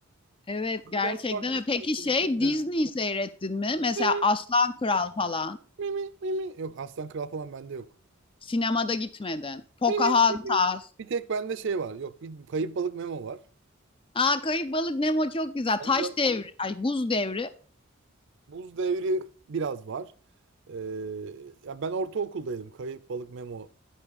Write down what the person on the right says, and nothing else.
Ne
kadar farklı
şey
var içinde.
Mi mi
mi mi mi mi. Yok Aslan Kral falan bende yok.
Mi mi. Bir tek bende şey var. Yok bir kayıp balık Memo var.
Onda
buz devri biraz var. Ee, ya ben ortaokuldaydım. Kayıp balık Memo